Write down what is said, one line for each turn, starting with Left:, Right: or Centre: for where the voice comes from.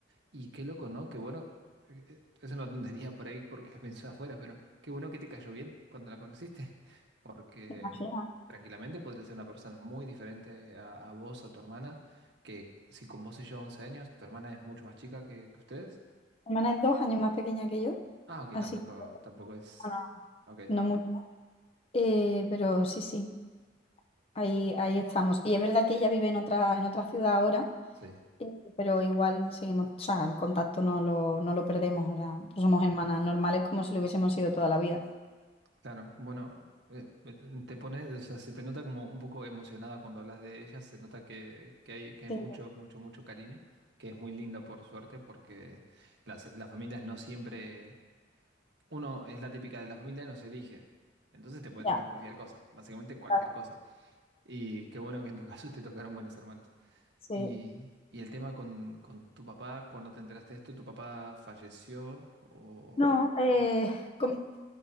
Right: Y qué loco, ¿no? Qué bueno, eh, eh, es una tontería por ahí porque lo pensé afuera, pero qué bueno que te cayó bien cuando la conociste, <laughs> porque
Left: Imagina.
Right: tranquilamente podría ser una persona muy diferente a, a vos, a tu hermana, que si con vos se lleva 11 años, tu hermana es mucho más chica que que ustedes.
Left: Mi hermana es dos años más pequeña que yo,
Right: Ah, ok,
Left: así
Right: tampoco,
Left: que
Right: tampoco es.
Left: bueno,
Right: Ok,
Left: no mucho, eh, pero sí, sí, ahí, ahí estamos. Y es verdad que ella vive en otra, en otra ciudad ahora.
Right: sí,
Left: Sí, Pero igual seguimos, o sea, el contacto no lo, no lo perdemos, o sea, pues somos hermanas normales como si lo hubiésemos sido toda la vida.
Right: claro. Bueno, eh, eh, te pones, o sea, se te nota como un poco emocionada cuando hablas de ella, se nota que, que hay, que hay
Left: Sí,
Right: mucho, mucho, mucho cariño, que es muy lindo por suerte, porque las, las familias no siempre. Uno es la típica de la familia, no se elige. Entonces te puede
Left: ya,
Right: tocar cualquier cosa, básicamente cualquier
Left: claro,
Right: cosa. Y qué bueno que en tu <laughs> caso te tocaron buenas hermanas.
Left: sí.
Right: Y, y el tema con, con tu papá, cuando te enteraste de esto, ¿tu papá falleció o...?
Left: No, eh, com-